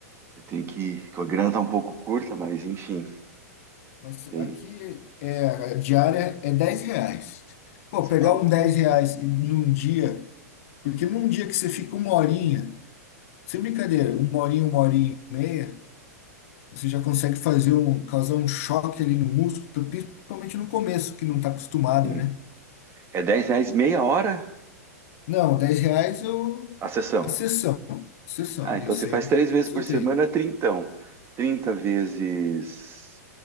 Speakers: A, on the right; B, on the left.
A: eu tenho que. que a grana tá um pouco curta, mas enfim.
B: Mas
A: Tem,
B: aqui é, a diária é 10 reais. Pô,
A: se
B: pegar
A: fala.
B: um 10 reais num dia, porque num dia que você fica uma horinha, sem brincadeira, uma horinha, uma horinha e meia, você já consegue fazer um, causar um choque ali no músculo, então, principalmente no começo, que não está acostumado,
A: Sim.
B: né?
A: É 10 reais meia hora
B: Não, 10 reais eu.
A: a sessão.
B: A sessão. Sessão.
A: Ah, então
B: Aí você
A: você faz
B: entra,
A: três vezes
B: faz
A: por
B: seu
A: semana,
B: treino.
A: trintão. trinta vezes